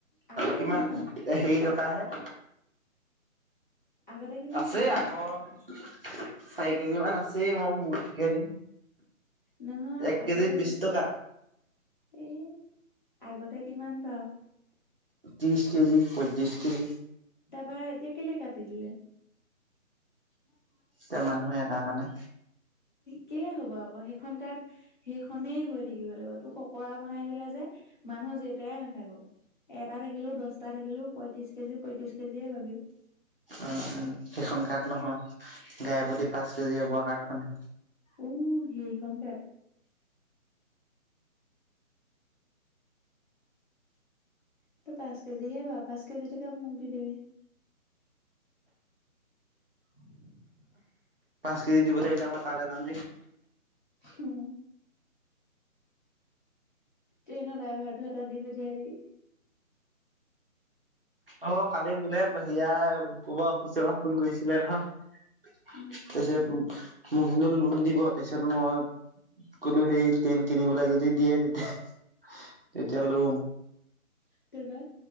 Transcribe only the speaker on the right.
কিমান
হেৰি টকাহে।
আছে
আকৌ চাৰি কেজি মান আছেই মই মূৰ্গীকে দিম।
এক
কেজিত
বিশ টকা
ত্ৰিশ কেজি, পয়ত্ৰিশ কেজি।
তে মানুহে এ তাৰ তাৰ না
উ, উ, সেইখন কাৰ্ড নহয় গাই প্ৰতি পাঁচ কেজি পোৱা কাৰ্ড খন।
পাঁচ কেজি দিবলৈ, এতিয়া মই তালৈ যাম নেকি।
অ' কালি মোলে সেয়া কবা অফিচৰ পৰা ফোন কৰিছিলে নহয়।
তাৰপিছত মোক হেনো লোন দিব, তাৰপিছত মই ক'লো সেই টেল কিনিবলৈ যদি দিয়ে তেতিয়া। তেতিয়ালৈ,